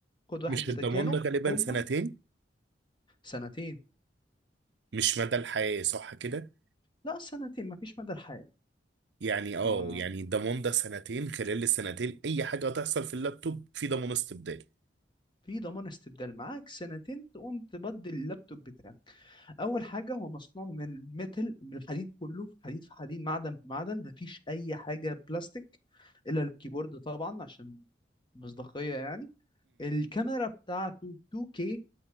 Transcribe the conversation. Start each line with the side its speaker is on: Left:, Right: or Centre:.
Left: خد واحد
Right: مش
Left: بدل
Right: الضمان
Left: كانوا
Right: ده غالبا
Left: هما
Right: سنتين
Left: سنتين
Right: مش مدى الحياة صح كده؟
Left: لا سنتين مفيش مدى الحياه
Right: يعني اه
Left: آه.
Right: يعني الضمان ده سنتين خلال السنتين اي حاجة هتحصل في اللابتوب في ضمان استبدالي
Left: في ضمان استبدال معاك سنتين تقوم تبدل اللابتوب بتاعك اول حاجه هو مصنوع من الميتل من الحديد كله في حديد في حديد معدن في معدن مفيش اي حاجه بلاستيك الا الكيبورد طبعا عشان مصداقيه يعني الكاميرا بتاعته 2K